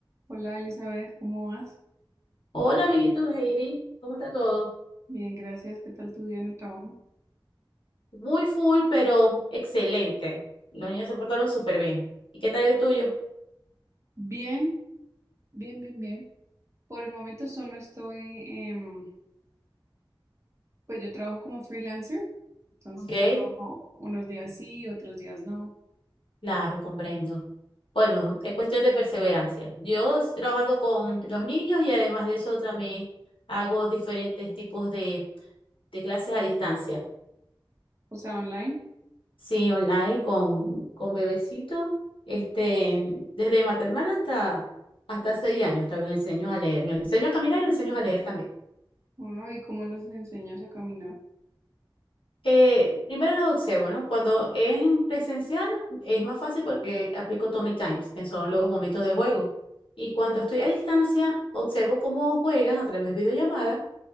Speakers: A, on the right (about 35°); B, on the left (about 85°).
A: Hola Elizabeth, ¿cómo vas?
B: Hola, amiguitos, Heidi, ¿cómo está todo?
A: Bien, gracias. ¿Qué tal tu día en el trabajo?
B: Muy full, pero excelente. Los niños se portaron súper bien. ¿Y qué tal el tuyo?
A: Bien, bien, bien, bien. Por el momento solo estoy, em, pues yo trabajo como freelancer, entonces
B: Ok,
A: trabajo unos días sí, otros días no,
B: claro, comprendo. Bueno, es cuestión de perseverancia. Yo estoy trabajando con los niños y además de eso también hago diferentes tipos de, de clases a distancia.
A: o sea, online.
B: Sí, online con, con bebecitos, este, desde maternal hasta, hasta seis años, hasta los enseño a leer. Los enseño a caminar y los enseño a leer también.
A: Wow, ¿y cómo los enseñas a caminar?
B: Eh, primero los observo, ¿no? Cuando es en presencial es más fácil porque aplico Tommy Times, que son los momentos de juego. Y cuando estoy a distancia, observo cómo juegan a través de videollamada